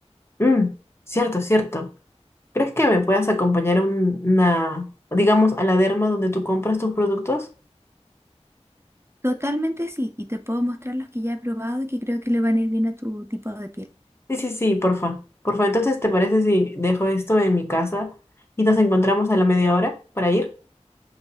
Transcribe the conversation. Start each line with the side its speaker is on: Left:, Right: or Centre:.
Left: Mm, cierto, cierto. ¿Crees que me puedas acompañar a un- una, digamos, a la derma donde tú compras tus productos?
Right: Totalmente sí, y te puedo mostrar los que ya he probado y que creo que le van a ir bien a tu tipo de piel.
Left: Sí, sí, sí, porfa. Porfa, entonces, ¿te parece si dejo esto en mi casa y nos encontramos a la media hora para ir?